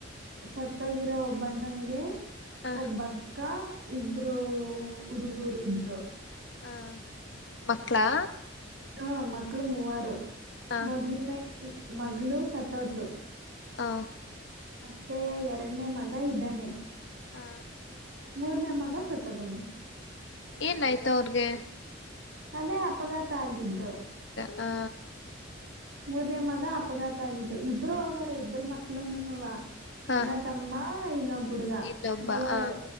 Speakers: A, on the right; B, on the left.
A: ಹೊತ್ತೋಗಿರೋ ಒಬ್ಬಣ್ಣಂಗೆ
B: ಹ
A: ಒಬ್ಬಕ್ಕ ಇಬ್ರು ಹುಡುಗೂರು ಇದ್ರು
B: ಹಾ ಮಕ್ಕಳಾ
A: ಹಾ ಮಕ್ಕಳು ಮೂವಾರು
B: ಹ
A: ಮೊದಲು ಮಗಳು ಸತೋದಲು
B: ಹ
A: ಮತ್ತೆ ಎರಡನೇ ಮಗ ಇದ್ದಾನೆ
B: ಹ
A: ಮೂರನೇ ಮಕ್ಕ ಬ ಸತ್ತಗನಿ
B: ಏನ್ ಆಾಯ್ತಾ ಅವ್ರಗೆ
A: ಅದೇ ಅಪಘಾತ ಆಗಿದ್ದು
B: ಹಾ
A: ಮೂರ್ನೇ ಮಗ ಅಪಘಾತ ಆಗಿದ್ದು ಇಬ್ರು ಹೋಗವ್ರ ಇಬ್ಬರು ಮಕ್ಳನುನುವ
B: ಹ
A: ಅಣ್ಣ ತಮ್ಮ ಇನ್ನೊ ಬುಡ್ಗ
B: ಇನ್ನೊಬ್ಬ
A: ಮೂವರು
B: ಹ